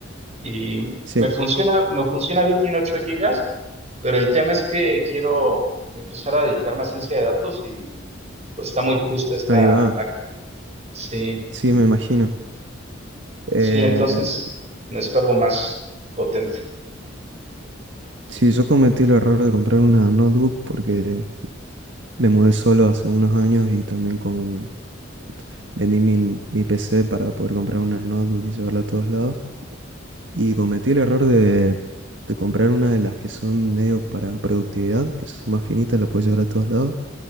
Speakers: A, on the right (about 35°); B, on the right (about 65°).
A: y
B: sí,
A: me funciona, me funciona bien, tiene 8 gigas, pero el tema es que quiero empezar a dedicarme a ciencia de datos y pues está muy justa esta
B: ahí va.
A: máquina. Sí,
B: Sí, me imagino. Eh,
A: sí, entonces necesito algo más potente.
B: sí, yo cometí el error de comprar una notebook porque me mudé solo hace unos años y también con... Vendí mi, mi PC para poder comprar una notebook y llevarla a todos lados. Y cometí el error de, de comprar una de las que son medios para productividad, que son más finitas, la puedes llevar a todos lados.